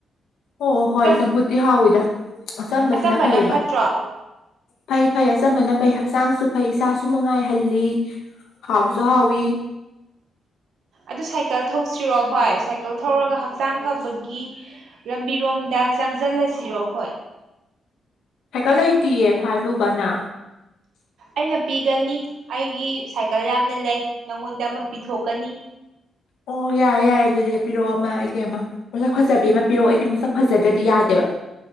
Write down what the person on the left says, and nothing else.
ꯑꯣ ꯍꯣꯏ
ꯆꯝꯐꯨꯠꯇꯤ ꯍꯥꯎꯋꯤꯗ ꯑꯆꯝꯕꯁꯤꯅ
ꯐꯩꯌꯦꯕ
ꯐꯩ ꯐꯩ ꯑꯆꯝꯕꯅ ꯐꯩ ꯍꯛꯆꯥꯡꯁꯨ ꯐꯩ ꯏꯁꯥꯁꯨ ꯅꯨꯡꯉꯥꯏꯍꯜꯂꯤ ꯍꯥꯎꯁꯨ
ꯍꯥꯎꯏ
ꯁꯥꯏꯀꯜ ꯂꯩꯇꯤꯌꯦ ꯈ꯭ꯋꯥꯏ ꯂꯨꯕꯅ
ꯑꯣ ꯌꯥꯏꯌꯦ ꯌꯥꯏꯌꯦ ꯑꯗꯨꯗꯤ ꯄꯤꯔꯛꯑꯣ ꯑꯃ ꯑꯩꯒꯤ ꯑꯃ ꯃꯁꯛ ꯐꯖꯕꯤ ꯑꯃ ꯄꯤꯔꯛꯑꯣ ꯑꯩꯗꯤ ꯃꯁꯛ ꯐꯖꯗ꯭ꯔꯗꯤ ꯌꯥꯗꯦꯕ